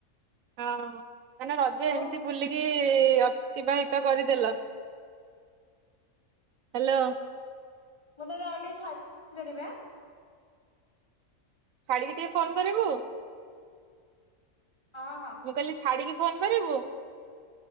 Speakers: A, on the right; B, on the left.
A: ହଁ, ମାନେ ରଜ
B: ହଉ
A: ଏମିତି ବୁଲିକି କି ଅତିବାହିତ କରିଦେଲ। ହ୍ୟାଲୋ!
B: ମୁଁ କହିଲି, ଆଉ ଟିକେ ଛାଡିକି କରିବେ ହାଁ
A: ଛାଡିକି ଟିକେ ଫୋନ କରିବୁ।
B: ହଁ- ହଁ
A: କହିଲ ଛାଡିକି ଫୋନ କରିବୁ?